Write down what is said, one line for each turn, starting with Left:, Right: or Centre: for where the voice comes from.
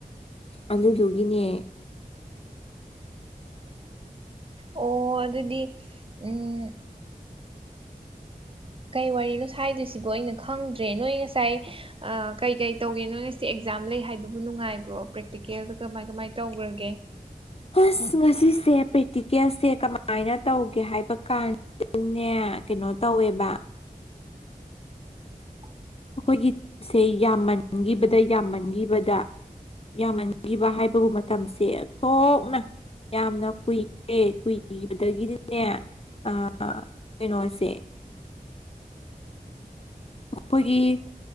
Left: ꯑꯗꯨꯗꯨꯒꯤꯅꯦ
Right: ꯑꯣ ꯑꯗꯨꯗꯤ ꯎꯝ ꯀꯩ ꯋꯥꯔꯤꯅꯣ ꯁꯥꯏꯗꯣꯏꯁꯤꯕꯣ ꯑꯩꯅ ꯈꯪꯗ꯭ꯔꯦ ꯅꯣꯏ ꯉꯁꯥꯏ ꯑ ꯀꯩ ꯀꯩ ꯇꯧꯒꯦ ꯅꯣꯏ ꯉꯁꯤ ꯑꯦꯛꯖꯥꯝ ꯂꯩ ꯍꯥꯏꯗꯨꯕꯨ ꯅꯨꯡꯉꯥꯏꯕ꯭ꯔꯣ ꯄ꯭ꯔꯦꯛꯇꯤꯀꯦꯜꯗ ꯀꯃꯥꯏ ꯀꯃꯥꯏ ꯇꯧꯒ꯭ꯔꯒꯦ
Left: ꯍꯁ ꯉꯁꯤꯁꯦ ꯄ꯭ꯔꯦꯛꯇꯤꯀꯦꯜꯁꯦ ꯀꯃꯥꯏꯅ ꯇꯧꯒꯦ ꯍꯥꯏꯕ ꯀꯥꯟ ꯅꯦ ꯀꯩꯅꯣ ꯇꯧꯋꯦꯕ
Right: <inaudible>
Left: ꯑꯩꯈꯣꯏꯒꯤ <unintelligible> ꯁꯦ ꯌꯥꯝꯃꯟꯒꯤꯕꯗ ꯌꯥꯝꯃꯟꯒꯤꯕꯗ ꯌꯥꯝꯃꯟꯒꯤꯕ ꯍꯥꯏꯕꯕꯨ ꯃꯇꯝꯁꯦ ꯑꯣꯊꯣꯛꯅ ꯌꯥꯝꯅ ꯀꯨꯏꯔꯦ ꯀꯨꯏꯕꯗꯒꯤꯗꯤꯅꯦ ꯑ ꯀꯩꯅꯣꯁꯦ ꯑꯈꯣꯏꯒꯤ